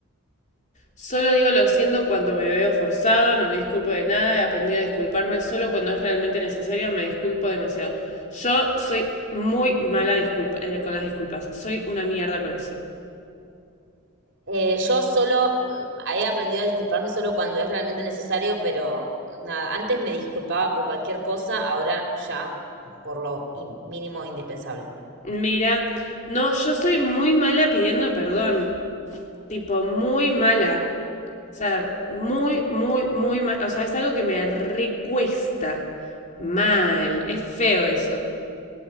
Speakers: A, on the left (about 35°); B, on the right (about 55°).
A: Solo digo lo siento cuando me veo forzado, no me disculpo de nada, he aprendido a disculparme solo cuando es realmente necesario, me disculpo demasiado. Yo soy muy mala disculpa, eh, con las disculpas, soy una mierda con eso.
B: Eh, yo solo mm, he aprendido a disculparme solo cuando es realmente necesario, pero nada, antes me disculpaba por cualquier cosa, ahora ya por lo in- mínimo indispensable.
A: Mira, no, yo soy muy mala pidiendo perdón. tipo muy mala. O sea, muy, muy, muy mal. O sea, es algo que me recuesta mal. Es feo eso.